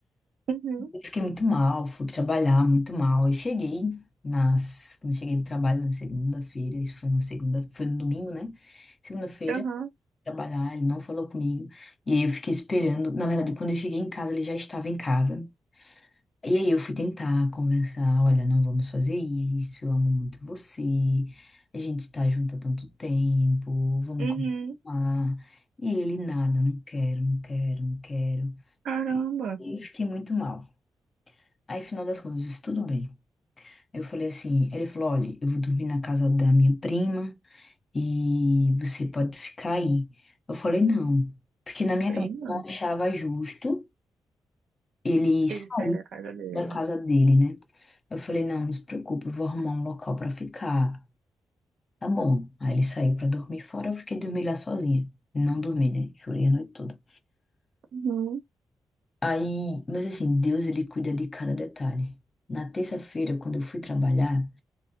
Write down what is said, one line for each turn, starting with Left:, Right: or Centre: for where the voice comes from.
Right: Uhum,
Left: Eu fiquei muito mal, fui trabalhar muito mal. Eu cheguei nas, quando cheguei do trabalho na segunda-feira, isso foi na segunda, foi no domingo, né? Segunda-feira,
Right: aham,
Left: trabalhar, ele não falou comigo. E aí eu fiquei esperando. Na verdade, quando eu cheguei em casa, ele já estava em casa. E aí eu fui tentar conversar, olha, não vamos fazer isso, eu amo muito você, a gente tá junto há tanto tempo, vamos
Right: uhum,
Left: continuar. E ele, nada, não quero, não quero, não quero.
Right: caramba,
Left: E eu fiquei muito mal. Aí, final das contas, eu disse, tudo bem. Eu falei assim, ele falou, olha, eu vou dormir na casa da minha prima e você pode ficar aí. Eu falei, não, porque na minha
Right: prima.
Left: cabeça eu não achava justo ele
Right: Ele
Left: sair
Right: sai da casa dele.
Left: da casa dele, né? Eu falei, não, não se preocupe, eu vou arrumar um local pra ficar. Tá bom. Aí ele saiu pra dormir fora, eu fiquei dormir lá sozinha. Não dormi, né? Chorei a noite toda.
Right: Uhum.
Left: Aí, mas assim, Deus ele cuida de cada detalhe. Na terça-feira, quando eu fui trabalhar,